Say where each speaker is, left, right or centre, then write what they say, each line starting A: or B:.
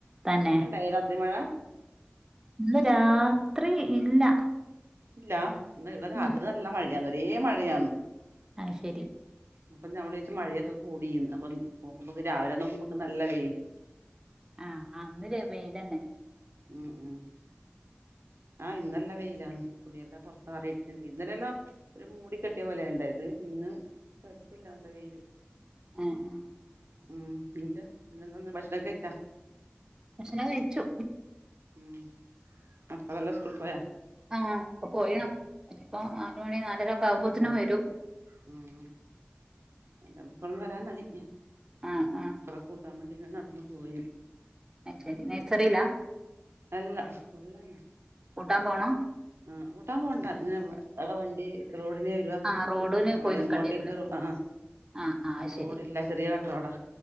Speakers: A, on the right; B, on the right.
A: തന്നെ
B: അങ്ങനെ ഉണ്ടായോരാത്രി മഴ
A: ഇന്ന് രാത്രി ഇല്ല
B: ഇല്ല ഇന്ന് ഇവിടെ
A: ഉം
B: രാത്രി നല്ല മഴയാന്ന് ഒരേ മഴയാണ്
A: ആത് ശരി
B: അപ്പം നമ്മ ചെച്ചച്ച് മഴയൊക്കെ കൂടിന്ന് അപ്പൊ നോക്കുമ്പോക്ക് രാവിലെ നോക്കുമ്പോക്ക് നല്ല വെയിയില്
A: ആഹ് അന്നര വൽ തന്നെ
B: ഉം ഉം ആഹ്ന്നല്ല വെയിലാന്ന് തുണിയെല്ലാം പുറത്തത്തറിയിട്ടുണ്ട് ഇന്നലെല്ലാം ഒരു മൂട കെട്ടിയ പോലെ ഉണ്ട ഇത് ഇന്ന് കൊഴപ്പില്ല നല്ല വെയില്
A: ആഹ് ആഹ്
B: ഉ പിന്നെന്ത ഒന്ന് ഭക്ഷണം കഴിച്ചാ
A: ഭക്ഷണം കഴിച്ചു.
B: ഹ്മ്മ്, മക്കളെല്ലാം സ്കൂളിൽ പോയാ
A: ആഹ് ഇപ്പ പോയിണ്, ഇപ്പോ നാലുമണി നാലരക്കെ ആവുമ്പോത്തിനും വരും
B: ഹ്മ്മ്, എന്റെ മക്കളും വരാനായി.
A: ആഹ് ആഹ്
B: മക്കളെ കൂട്ടാൻ വേണ്ടി ഞാൻ നടന്നു പോയി
A: ആഹ് ശെരി നയ്സറിലാ
B: അല്ല സ്‌ക്കൂള്ളന്നെ.
A: കൂട്ടാൻ പോണം
B: ആഹ്‌ കൂട്ടാൻ പോണ്ടാ ഈ ആടെ വണ്ടി റോഡിന് വെര് രുവാ
A: ആഹ് റോഡിന്
B: നമ്മള
A: പോയി നിക്കേണ്ടി
B: ഇങ്ങോട്ടേക്ക്‌
A: വരൂല്ലേ
B: ആഹ്‌ ആഹ്
A: ആഹ് ആഹ് അത്
B: റോഡില്ല
A: ശരി
B: ചെറിയ കട്ടറോടാ